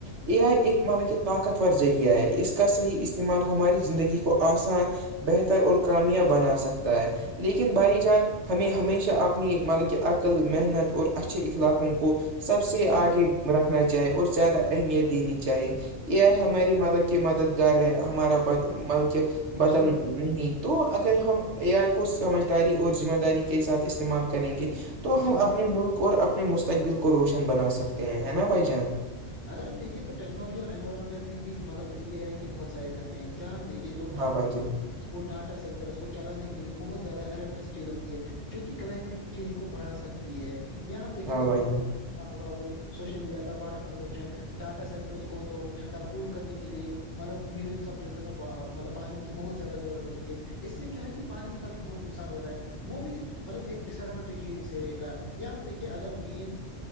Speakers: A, on the right; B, on the left.
A: یہ آئی ایک مطلب کہ طاقت ذریعہ ہے اس کا صحیح استعمال ہماری زندگی کو آسان بہتر اور کامیاب بنا سکتا ہے لیکن بھائی جان ہمیں ہمیشہ اپنی مطب کہ عقل محنت اور اچھے اخلاقوں کو سب
B: جان
A: سے
B: جی بھائی
A: آگے
B: جان
A: رکھنا چاہیے اور زیادہ اہمیت دینی چاہیے یہ
B: جی
A: ہماری مالک کی مددگار ہے ہمارا مطلک
B: بھائی
A: بدل
B: جی بھائی
A: نہیں تو اگر ہم آئی کو سمجھداری اور ذمہ داری کے ساتھ استعمال کریں گے تو ہم
B: جی
A: اپنے ملک اور اپنے مستقبل کو روشن بنا سکتے ہیں ہے نا بھائی جان
B: اگر ہم دیکھے تو ٹیکنالوجی اور انوائرمنٹ بھی مطلب اے آئی کے بہت سارے خطرے ہیں جہ ہم دیکے تو
A: ہاں بھائی جان
B: وہ ڈاٹا سینٹر اس کو چلانے کے لیے بہت زیادہ الیکٹرسٹی لگتی ہے جو کہ کلائمیٹ چینج کو بڑھا سکتی ہے یا ہم دیکھے
A: ہاں
B: تو
A: بھائی
B: مب
A: جان
B: ہوگا وہ سوشل میڈیا پر واٹر کنزپشن ڈاٹا سینٹرس کو تو ٹھنڈا کول کرنے کے لیے مطلب ملینس آف لیٹرس آف مطل پانی کی بہت زیادہ ضرورت لگتی ہے اس سے کیا ہے کہ پانی کا بھی بہت نقصان ہو رہا ہے وہ بھی مطلب ایک ڈس ایڈوانٹیج ہے کا یا ہم دیکھیے اگر مین